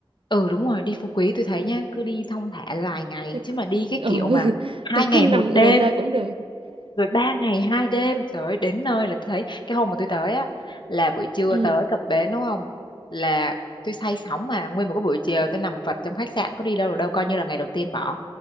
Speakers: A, on the left; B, on the right.
A: ừ đúng rồi đi Phú Quý tôi thấy nhá cứ đi thong thả vài ngày
B: tôi
A: chứ
B: cứ,
A: mà đi cái
B: ừ,
A: kiểu
B: <laughs>
A: mà hai
B: tôi
A: ngày
B: cứ nằm
A: một đêm
B: ườn ra cũng được
A: rồi ba ngày hai đêm trời ơi đến nơi là tôi thấy cái hôm mà tôi tới á là buổi trưa
B: <laughs> ừ.
A: tới cập bến đúng không là tôi say sóng mà nguyên một cái buổi chiều tôi nằm vật trong khách sạn có đi đâu được đâu coi như là ngày đầu tiên bỏ